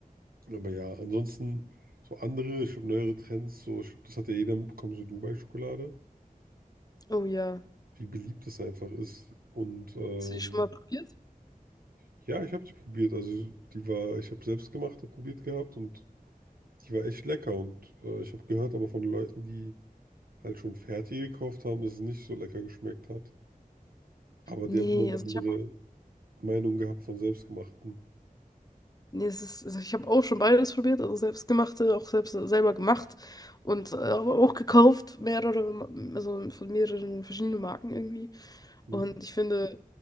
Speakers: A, on the right; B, on the left.
A: aber ja, ansonsten so andere, ich glaube neuere Trends, so ich glaube, das hat ja jeder mitbekommen, so Dubai-Schokolade.
B: Oh ja.
A: wie beliebt es einfach ist. Und ähm,
B: Hast du die schon mal probiert?
A: ja, ich habe die probiert. Also die war, ich habe selbstgemachte probiert gehabt und die war echt lecker. Und äh, ich habe gehört aber von Leuten, die halt schon fertig gekauft haben, dass es nicht so lecker geschmeckt hat. Aber
B: Nee,
A: die haben immer eine
B: also
A: andere
B: ich habe
A: Meinung gehabt von selbstgemachten.
B: Nee, es ist, also ich habe auch schon beides probiert, also selbstgemachte, auch selbst selber gemacht und äh, aber auch gekauft, mehrere, Ma- also von mehreren verschiedenen Marken irgendwie.
A: Mhm.
B: Und ich finde,